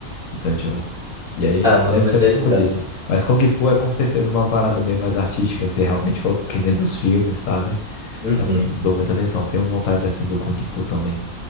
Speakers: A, on the left; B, on the right.
A: Então, tipo... E aí,
B: Ah, mano,
A: deve
B: mas
A: ser um
B: é
A: pouco
B: legal.
A: disso. Mas Kung Fu é com certeza uma parada bem mais artística, se realmente for que nem dos filmes, sabe?
B: Uhum.
A: Assim, dou muita atenção. Tenho vontade, assim, do Kung Fu também.